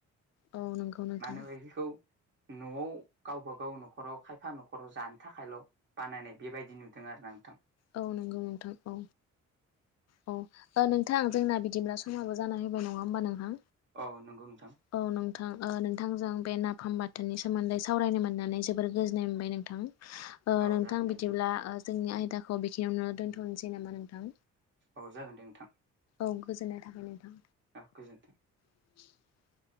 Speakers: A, on the left; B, on the right.
A: औ नंगौ नोंथां
B: मानोबा बेखौ न'आव गावबागाव न'खराव खायफा न'खराव जानो थाखायल' बानायनाय बेबायदि नुदों आरो ना नोंथां
A: औ नंगौ नोंथां औ अ ओ नोंथां जोंना बिदिब्ला समाबो जाना होबाय नङा होमबा नोंथां
B: औ नंगौ नोंथां
A: औ ओ नोंथां नोंथांजों बे नाफ फाम बाथोननि सोमोन्दै सावरायनो मोननानै जोबोर गोजोननाय मोनबाय नोंथां ओ
B: औ
A: नोंथां
B: जागोन दे
A: बिदिब्ला ओ जोंनि आयदाखौ बेखिनियावनोनो दोन्थ'नोसै नामा नोंथां
B: औ जागोन दे नोंथां
A: खौ गोजोननाय थाबाय नोंथां
B: औ गोजोन्थों
A: <inaudible>